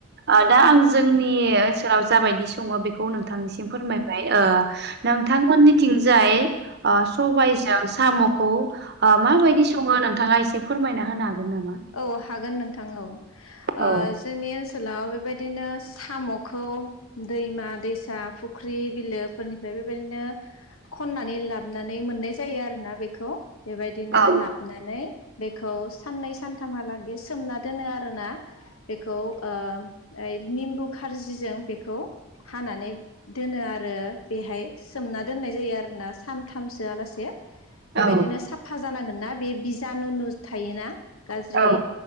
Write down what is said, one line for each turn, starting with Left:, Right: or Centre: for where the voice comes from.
Right: ओ दा आं जोंनि सोलाव जाबायदि सङो बेखौ नोंथांनिसिम फोरमायबाय ओ नोंथांमोननिथिंजाय ओ सबायजों साम'खौ बा माबायदि सङो नोंथाङा एसे फोरमायना होनो हागोन नामा?
Left: औ हागोन नोंथां औ
Right: औ
Left: ओ। जोंनि ओनसोलाव बेबायदिनो सामखौ दैमा दैसा फुख्रि बिलोफोरनिफ्रायबो बेबायदिनो खननानै लाबनानै मोननाय जायो आरोना बेखौ। बेबायदिनो
Right: औ
Left: लाबनानै बेखौ साननै सान थामहालागे सोमना दोनो आरोना बेखौ ओ ओइ लिम्बु खारजिजों बेखौ हानानै दोनो आरो बेहाय सोमना दोननाय जायो आरोना सानथामसो आलासे बेबायदिनो
Right: औ
Left: साफा जानांगोन ना बे बिजानु नु थायोना गाज्रि
Right: औ